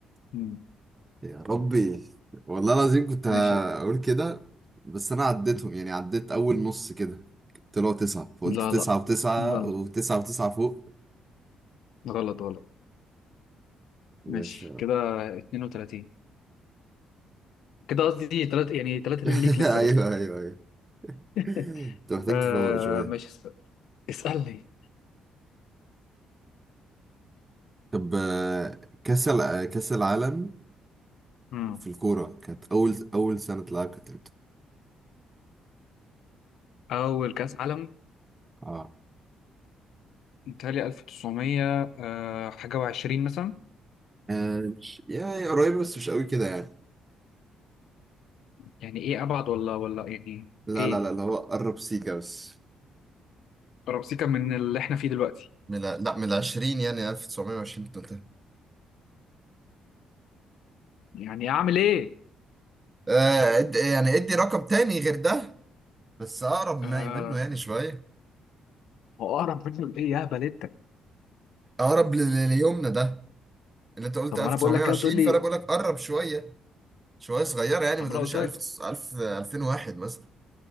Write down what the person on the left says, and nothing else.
مم.
ماشي
لا
لا
غلط
غلط غلط
ماشي كده 32 كده قصدي تلات يعني 3 2
ليك لسه
برضه
<laughs>
آه
ماشي اسأل. اسألني
مم.
أول كأس عالم
متهيألي 1900 آه حاجة وعشرين مثلا
يعني ايه ابعد ولا ولا يعني
ايه
ربسيكا من اللي احنا فيه دلوقتي
يعني اعمل ايه
آه
هو اقرب منه لايه يا بلدتك
طب
ما انا بقول لك كده وتقول لي
عمرها
قلت
لك